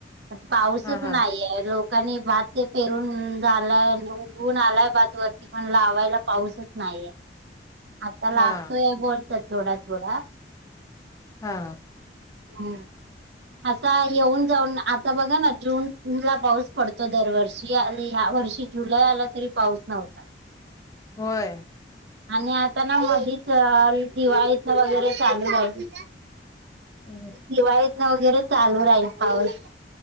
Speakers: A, on the right; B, on the left.
A: पाऊसच
B: हा हा
A: नाहीये लोक भात ते पेरून झालाय उगवून आलाय भात वर पण लावायला पाऊसच नाहीये आता लागतोया
B: हा
A: बोलत थोडा थोडा
B: हा
A: हम्म असा येऊन जाऊन आता बघा ना जून ला पाऊस पडतो दरवर्षी आणि ह्या वर्षी जुलै आला तरी पाऊस नव्हता
B: होय
A: आणि आता ना मधीच दिवाळीचा वगैरे चालू राई
B: हम्म
A: दिवाळीतन वगैरे चालू राहील पाऊस